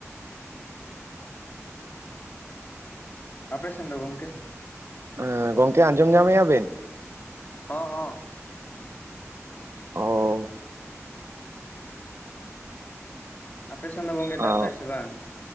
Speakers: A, on the left; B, on the right.
A: ᱟᱯᱮ ᱥᱮᱱ ᱫᱚ ᱜᱚᱢᱠᱮ?
B: ᱮᱸ ᱜᱚᱝᱠᱮ ᱟᱸᱡᱚᱢ ᱧᱟᱢᱮᱜᱼᱟ ᱵᱤᱱ?
A: ᱦᱚᱸ ᱦᱚᱸ᱾
B: ᱚᱻ᱾
A: ᱟᱯᱮ ᱥᱮᱱ ᱫᱚ ᱜᱚᱝᱠᱮ
B: ᱚ
A: ᱫᱟᱜ ᱫᱟᱭ ᱥᱮ ᱵᱟᱝ?